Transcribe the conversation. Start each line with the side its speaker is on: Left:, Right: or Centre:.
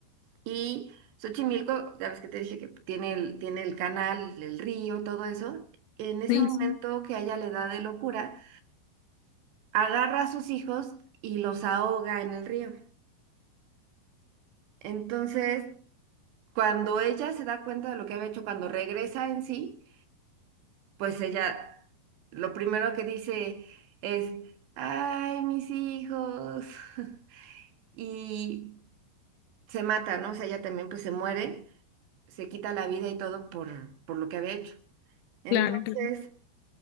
Right: y Xochimilco, ya ves que te dije que tiene el, tiene el canal, el río, todo eso. En ese
Left: Sí,
Right: momento
Left: sí,
Right: que a ella le da de locura, agarra a sus hijos y los ahoga en el río. Entonces, cuando ella se da cuenta de lo que había hecho, cuando regresa en sí, pues ella lo primero que dice es, ay, mis hijos. <laughs> Y se mata, ¿no? O sea, ella también pues se muere, se quita la vida y todo por, por lo que había hecho. Entonces,
Left: claro, claro.